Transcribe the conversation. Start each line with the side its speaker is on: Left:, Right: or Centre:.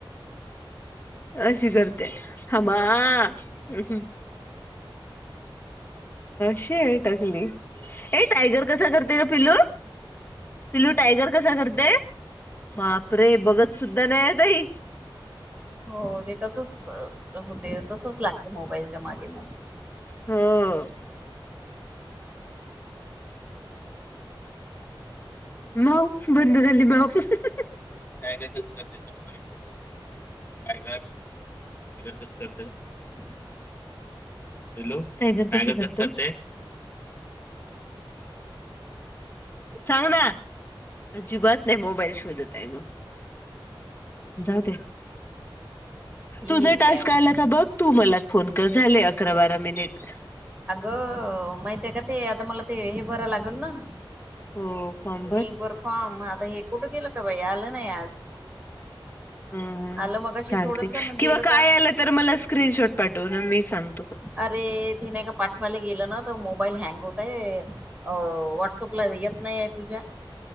Left: अशी कर हमा हम् शेर टकली हे टायगर कसा करते ग पिलू पिलू टायगर कस करतय बाप रे बघत सुद्धा नाही आता ही
Right: हो हो ते तसच होते तसच लागते मोबाईलच्या मागे मागे
Left: हो हो माव बंद झाली माव टायगर कस करतय सग पहिलंयग टयगर कस करत
Right: <unintelligible>
Left: हॅलो टायगर कस करतय सांग ना अजिबात नाही मोबाईल शोधत आहे ग जाऊ दे
Right: ठीक
Left: तुझ टास्क
Right: आहे मग
Left: आला का बघ तू मला फोन कर झाले अकरा बारा मिनिट
Right: अगं माहितय का ते आता मला ते हे भराव लागेल ना
Left: हो फॉर्म भर.
Right: लिंक वर फॉर्म आता हे कुठे केलं का बाई आलं नाही आज
Left: हम्म हम्म
Right: आलं मगाशी
Left: चालते
Right: थोडस ना
Left: किंवा
Right: गेलं
Left: काय आलं तर मला स्क्रीनशॉट पाठव ना मी सांग
Right: अरे ते नाही का पाठवायला गेलं ना तर मोबाईल हँग होतय व्हॉट्सअप ला येत नाहीय तुझ्या